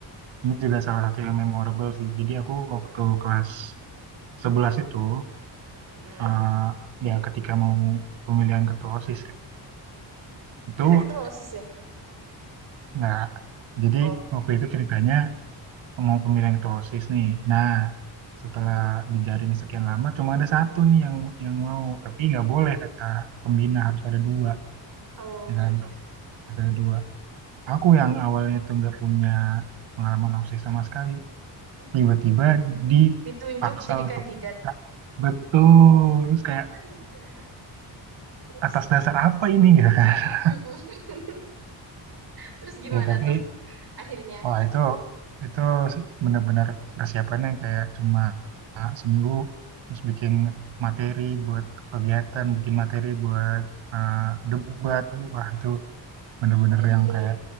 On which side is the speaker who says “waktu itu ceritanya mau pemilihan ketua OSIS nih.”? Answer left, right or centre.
Right